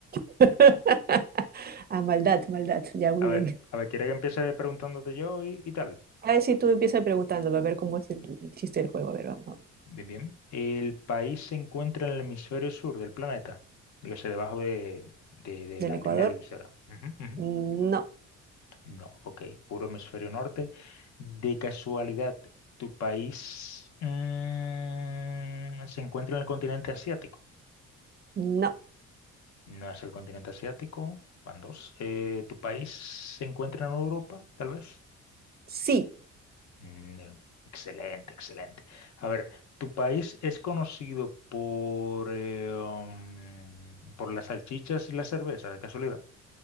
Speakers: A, on the right; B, on the left.
A: <laughs> Ah, maldad, maldad. Ya, muy
B: A
A: bien.
B: ver, a ver, ¿quieres que empiece preguntándote yo y, y tal?
A: A ver si tú empiezas preguntando, a ver cómo es el, el chiste del juego. A ver, vamos, vamos.
B: Bien, bien. El país se encuentra en el hemisferio sur del planeta, dígase debajo de, de- de
A: ¿Del
B: la
A: Ecuador?
B: línea divisora. Ujú, ujú.
A: Mm, No,
B: No, ok, puro hemisferio norte. De casualidad, ¿tu país mm, se encuentra en el continente asiático?
A: no.
B: No es el continente asiático, van dos. Eh, ¿tu país se encuentra en Europa, tal vez?
A: Sí,
B: Mm, eh, excelente, excelente. A ver, ¿tu país es conocido por, eh, um, por las salchichas y la cerveza, de casualidad?